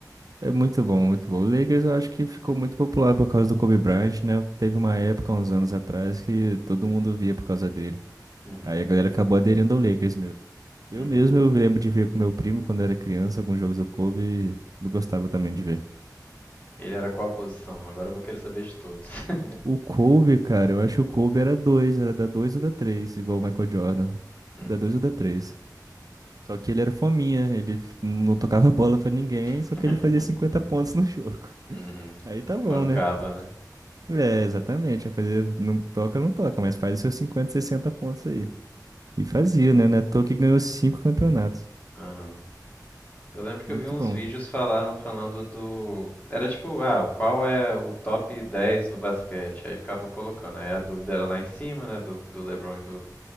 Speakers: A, on the right; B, on the left.
A: é muito bom, muito bom. O Lakers eu acho que ficou muito popular por causa do Kobe Bryant, né? Teve uma época, uns anos atrás, que todo mundo via por causa dele.
B: Uhum.
A: Aí a galera acabou aderindo ao Lakers mesmo. Eu
B: Uhum.
A: mesmo eu lembro de ver com meu primo quando era criança alguns jogos do Kobe e eu gostava também de ver.
B: Ele era qual a posição? Agora eu vou querer saber de todos. <laughs>
A: O Kobe, cara, eu acho que o Kobe era dois, era da dois ou da três, igual o Michael Jordan.
B: Uhum.
A: Da dois ou da três. Só que ele era fominha, ele não tocava <laughs> bola pra ninguém,
B: <laughs>
A: só que ele fazia 50 pontos no jogo. <laughs>
B: Uhum.
A: Aí tá bom,
B: Bancava,
A: né?
B: né?
A: É, exatamente, vai fazer, não toca, não toca, mas faz os seus 50 60 pontos aí. E fazia, né? Neto que ganhou cinco campeonatos.
B: Aham. Eu lembro que
A: Muito
B: eu vi uns
A: bom.
B: vídeos falar- falando do. Era tipo, ah, qual é o top 10 do basquete? Aí ficavam colocando. Aí a dúvida era lá em cima, né? Do, do LeBron e do,